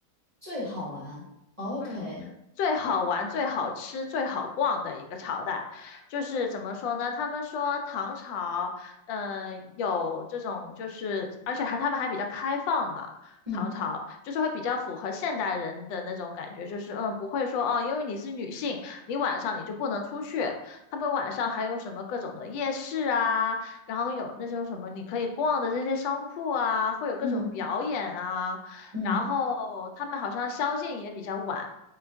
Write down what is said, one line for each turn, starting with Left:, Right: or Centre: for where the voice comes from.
Right: 最好玩。OK，
Left: 嗯，最好玩、最好吃、最好逛的一个朝代，就是怎么说呢？他们说唐朝，嗯、有这种就是，而且还他们还比较开放嘛。
Right: 嗯
Left: 唐朝就是会比较符合现代人的那种感觉，就是嗯，不会说哦，因为你是女性，你晚上你就不能出去。他们晚上还有什么各种的夜市啊，然后有那种什么你可以逛的这些商铺啊，会有各种表演啊。
Right: 嗯嗯，
Left: 然后他们好像宵禁也比较晚，